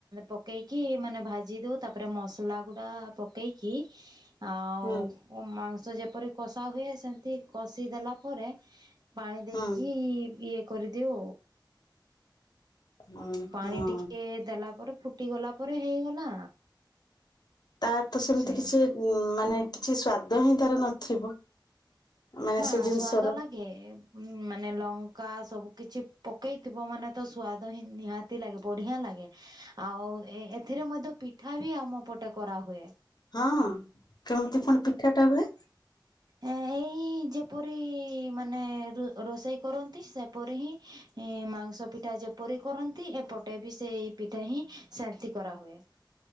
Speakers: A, on the right (about 55°); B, on the left (about 55°).
A: ପକେଇକି ମାନେ ଭାଜି ଦଉ ତାପରେ ମସଲା ଗୁଡ଼ା ପକେଇକି ହ ଆଉ
B: ହୁଁ
A: ଓ ମାଂସ ଯେପରି କଷା ହୁଏ ସେମିତି କଷିଦେଲା ପରେ ପାଣି ଦେଇକି
B: ହୁଁ
A: ଇଏ କରିଦିଉ।
B: ହଁ
A: ପାଣି
B: ହଁ।
A: ଟିକେ ଦେଲା ପରେ ଫୁଟିଗଲା ପରେ ହେଇଗଲା।
B: ତାର ତ ସେମିତି
A: ସେ
B: କିଛି ଉଁ, ମାନେ କିଛି ସ୍ଵାଦ ହିଁ ତାର ନଥିବ। ମାନେ
A: ନା
B: ସେ ଜିନିଷର
A: ସ୍ଵାଦ ଲାଗେ ଉଁ, ମାନେ ଲଙ୍କା ସବୁ କିଛି ପକେଇ ଥିବ ମାନେ ତ ସୁଆଦ ହିଁ ନିହାତି ଲାଗେ ବଢିଆ ଲାଗେ। ଆଉ ଏ ଏଥିରେ ମଧ୍ୟ ପିଠା ବି ଆମ ପଟେ କରାହୁଏ।
B: ହଁ କେମିତି ପୁଣି ପିଠା ଟା ହୁଏ?
A: ଏ ଏଇ ଇ ଯେପରି ମାନେ ରୁ ରୋଷେଇ କରନ୍ତି ସେପରି ହିଁ ଇଁ, ମାଂସ ପି ଠା ଯେପରି କରନ୍ତି ଏପଟେ ବି ସେଇ ପିଠା ହିଁ ସେନ୍ତି କରାହୁଏ।